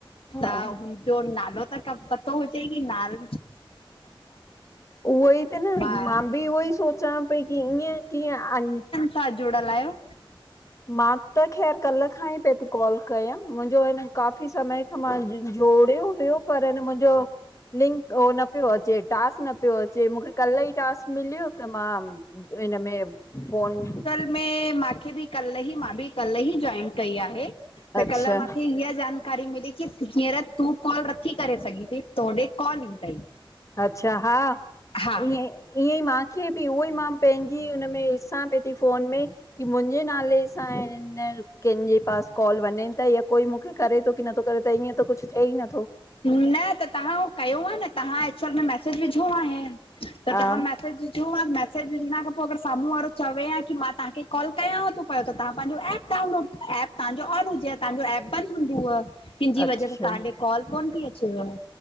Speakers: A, on the left; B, on the left.
A: त
B: हा
A: हुनजो नालो त ख पतो हुजे की नाल
B: उहो ई त न,
A: हा
B: मां बि उहो ई सोच चवां पई कि, ईअं कीअं अञ?
A: तहां जुड़ल आहियो?
B: मां त ख़ैरु, कल्ह खां ई पई थी कॉल कयां मुंहिंजो आहे न काफ़ी समय खां, मां ज जोड़ियो हुयो पर हिन मुंहिंजो लिंक ओ ‌न पियो अचे टास्क न पियो अचे, मुखे कल्ह ई टास्कु मिलियो त मां हिनमें फोनु
A: मे माखे बि कल्ह ई मां बि कल्ह ई जॉइन कई आहे, त
B: अच्छा
A: कल्ह माखे हीअ जान कारी मिली, कि हींअर तूं कॉल नथी करे सघीं, थी तोॾे कॉल ईंदई।
B: अच्छा हा,
A: हा
B: ईअं- ईअं ई माखे बि उहो ई मां पंहिंजी हुन में ॾिसां पई थी फ़ोन में, कि मुंहिंजे नाले सां अं कंहिंजे पास कॉल वञे तई या कोई मुखे करे थो, की नथो करे त ईअं त कुछ थिए ई नथो।
A: न त तव्हां उ कयो हा न, तव्हां एक्चुअल में मैसेज विझो आहें। <unintelligible> त
B: हा
A: तव्हां मैसेज मैसेज विझण खां पोइ अगरि साम्हूं वारो चवे हां की मां तव्हांखे कॉल कयां थो, पियो तव्हां पंहिंजो एप डाउनलोड एप तव्हांजो ऑन हुजे आ, तव्हांजो एप बंद हूंदव, तहिंजी
B: अच्छा
A: वजह सां तव्हां ॾे कॉल कोन थी अचेव।